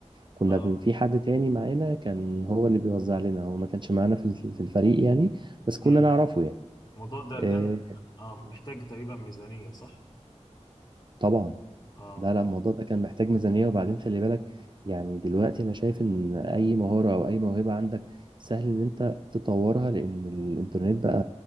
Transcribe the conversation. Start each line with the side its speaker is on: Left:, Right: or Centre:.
Right: كنا
Left: اه
Right: بن... في حد تاني معانا كان هو اللي بيوزع لنا هو ما كانش معانا في الف- في الفريق يعني بس كنا
Left: مم.
Right: نعرفه يعني
Left: الموضوع ده
Right: آه،
Left: كان اه محتاج تقريبا ميزانية صح؟
Right: طبعا
Left: اه
Right: لا لا الموضوع ده كان محتاج ميزانية وبعدين خلي بالك يعني دلوقتي أنا شايف إن أي مهارة أو أي موهبة عندك سهل إن أنت تطورها لأن الإنترنت بقى